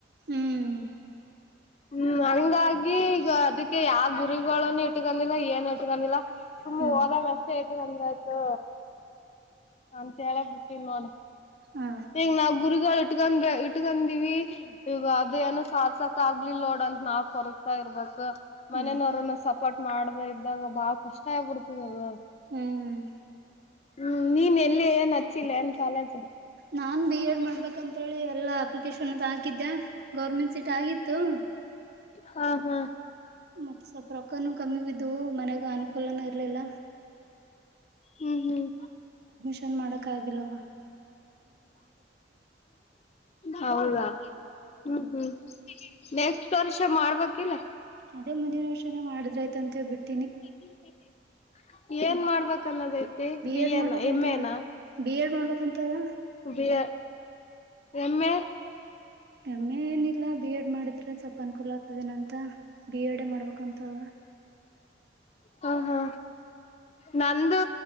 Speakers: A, on the right; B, on the left.
A: ಹ್ಮ್
B: ಹ್ಮ್ ಹಂಗಾಗಿ ಈಗ ಅದಕ್ಕೆ ಯಾವ ಗುರಿನ್ನ ಇಟ್ಕೊಂಡಿಲ್ಲ ಏನ್ ನಮಿಲ್ಲ ಸುಮ್ಮ್
A: ಹ್ಮ್
B: ಹೋದಾಗ ಅಷ್ಟೇ ಐತೆ ಗಂದ ಆಯ್ತು ಅಂತ ಹೇಳ ಬಿುಟ್ಟೀ ನೋಡು
A: ಹಾ
B: ಈಗ ನಾ ಗುರಿಗಳು ಇಟ್ಕೊಂಡ ಇಟ್ಕಂದಿವವಿ ಇವ ಅದು ಏನೋ ಸಾರ್ ಕ್ ಆಗ್ಲಿ ಲೋಡ್ ಅಂತ ನಾವ್ ಕೊರಗ್ತಾ ಇರ್ಬೇಕು
A: ಹ್ಮ್
B: ಮನನವರನ್ನು ಸಪೋರ್ಟ್ ಮಾಡ್ದ ಇದ್ದಾಗ ಬಾಳ ಕಷ್ಟ ಆಗ್ಬಿಡ್ತದಲ್ದ
A: ಹ್ಮ್
B: ಹ್ಮ್ ನೀನ್ ಎಲ್ಲಿ ಏನ್ ಹಚ್ಚಿಲ್ಲ ಏನ್ ಕಾಲಜ
A: ನಾನ್ ಬಿ ಎಡ್ ಮಾಡ್ಬೇಕ ಅಂತೇಳಿ ಎಲ್ಲಾ ಅಪ್ಲಿಕೇಶನ್ ಅ ಹಾಕಿದ್ದೆ ಗೌರ್ಮೆಂಟ್ ಸೀಟ್ ಆಗಿ ತಂ
B: ಹಾ ಹಾ
A: ಮತ್ತೆ ಸ್ವಲ್ಪ ರೊಕ್ಕನು ಕಮ್ಮಿ ಬಿದ್ದವು ಮನೆಗ ಅನುಕೂಲನೂ ಇರ್ಲಿಲ್ಲ
B: ಹ್ಮ್ ಹ್ಮ್
A: ನ್ ಮಾಡಕ್ ಆಗಲ್ವ
B: ಹೌದಾ ಹ್ಮ್ ಹ್ಮ ನೆಕ್ಸ್ಟ್ ವರ್ಷ ಮಾಡ್ಬೇಕಿಲ್ಲ
A: ಅದೇ ಮುಂದಿನ ವರ್ಷನೇ ಮಾಡಿದ್ರ ಆಯ್ತ ಅಂತೇಳ್ಬ ಬಿಟ್ಟು
B: <inaudible> ಏನ್
A: ಮತ್
B: ಮಾಡ್ಬೇಕನ್ನೋದ ಐತಿ ಬಿ
A: ಎಡ್ ಮಾಡ್ಬೇಕಂತಾನೇ
B: ಎನಾ ಎಮ್ ಎನ
A: ಅದ ಬಿ ಎಡ್ ಮಾಡ್ಬೇಕಂತದ
B: ಬಿ ಯ ಎಮ ಎ
A: ಎಮ್ ಎ ಏನಿಲ್ಲ ಬಿ ಎಡ್ ಮಾಡಿದ್ರೆ ಸ್ವಲ್ಪ ಅನುಕೂಲ ಆಗ್ತದೆನಂತ ಬಿ ಎ ೇ ಮಾಡ್ಬೇಕಂತದ
B: ಹ ಹಾ ನಂದು